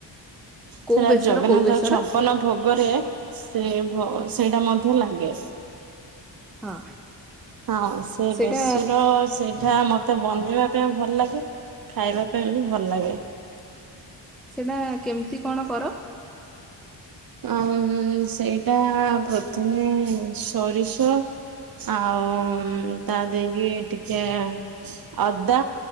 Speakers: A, in the centre; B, on the right (about 50°).
A: କୋଉ
B: ସେଟା
A: ବେସର
B: ଜଗନ୍ନାଥ
A: କୋଉ ବେସର?
B: ଛପନ ଭୋଗରେ ସେ ଭୋ ସେଇଟା ମଧ୍ୟ ଲାଗେ।
A: ହଁ।
B: ହଁ ସେ
A: ସେଇଟା
B: ବେସୁର ସେଇଟା ମ ମତେ ବନେଇବା ପାଇଁ ଭଲ ଲାଗେ। ଖାଇବା ପାଇଁ ବି ଭଲ ଲାଗେ।
A: ସେଟା କେମିତି କଣ କର?
B: ଉଁ ସେଇଟା ପ୍ରଥମେ ସୋରିଷ ଆ ଆଉ ତା ଦେଇକି ଟିକେ ଅଦା